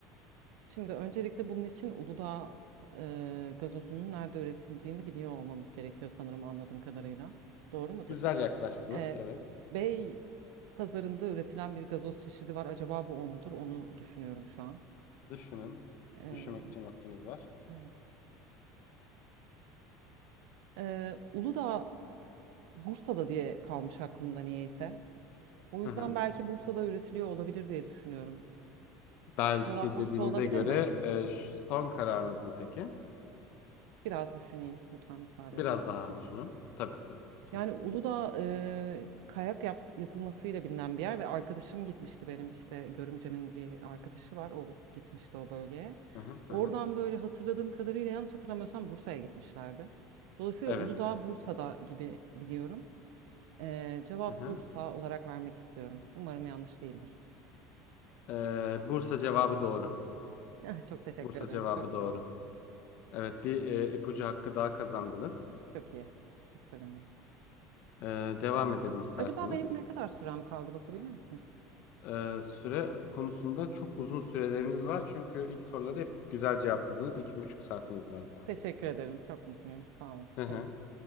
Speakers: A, on the right; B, on the left.
A: Şimdi öncelikle bunun için Uludağ e, gazozunun nerede üretildiğini biliyor olmamız gerekiyor sanırım anladığım kadarıyla. Doğru mudur?
B: Güzel yaklaştınız,
A: E,
B: evet.
A: Bey pazarında üretilen bir gazoz çeşidi var. Acaba bu o mudur? Onu düşünüyorum şu an.
B: Düşünün.
A: E,
B: Düşünmek için vaktiniz var.
A: evet. E, Uludağ Bursa'da diye kalmış aklımda niyeyse. O yüzden
B: Hı hı.
A: belki Bursa'da üretiliyor olabilir diye düşünüyorum.
B: Belki
A: Cevap Bursa
B: dediğinize
A: olabilir
B: göre
A: mi?
B: e, ş- son kararınız mı peki?
A: Biraz düşüneyim. Lütfen müsaade
B: Biraz
A: edin.
B: daha düşünün. Tabii tabii lütfen.
A: Yani Uludağ e, kayak yap, yapılmasıyla bilinen bir yer ve arkadaşım gitmişti benim işte Görümcem'in bir arkadaşı var o gitmişti o bölgeye.
B: Hı hı,
A: Oradan
B: hı hı.
A: böyle hatırladığım kadarıyla yanlış hatırlamıyorsam Bursa'ya gitmişlerdi. Dolayısıyla
B: Evet.
A: Uludağ Bursa'da gibi biliyorum. E, cevap
B: Hı hı.
A: Bursa olarak vermek istiyorum. Umarım yanlış değildir.
B: Ee, Bursa cevabı doğru.
A: <laughs> Çok teşekkür
B: Bursa
A: ederim.
B: cevabı
A: Çok
B: doğru.
A: sağ olun.
B: Evet bir e, ipucu hakkı daha kazandınız.
A: Çok iyi. Çok sevindim.
B: Ee, devam edelim isterseniz.
A: Acaba benim ne kadar sürem kaldı bakabilir misiniz?
B: Ee, süre konusunda çok uzun süreleriniz var. Çünkü ilk soruları hep güzel cevapladınız. İki buçuk saatiniz var daha.
A: Teşekkür ederim. Çok mutluyum. Sağ olun.
B: Hı hı.
A: Buyurun.